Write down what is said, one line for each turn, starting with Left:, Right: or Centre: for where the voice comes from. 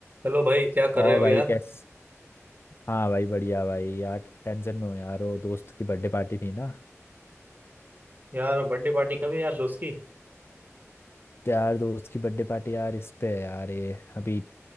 Right: Hello भाई क्या कर
Left: और
Right: रहे हो
Left: भाई
Right: यार
Left: कैस हाँ भाई बढ़िया भाई यार टेंशन में हूँ यार वो दोस्त की बर्थडे पार्टी थी ना
Right: यार बर्थडे पार्टी कभी यार दोस्त की
Left: तो यार दोस्त की बर्थडे पार्टी यार इस पे है यार ये अभी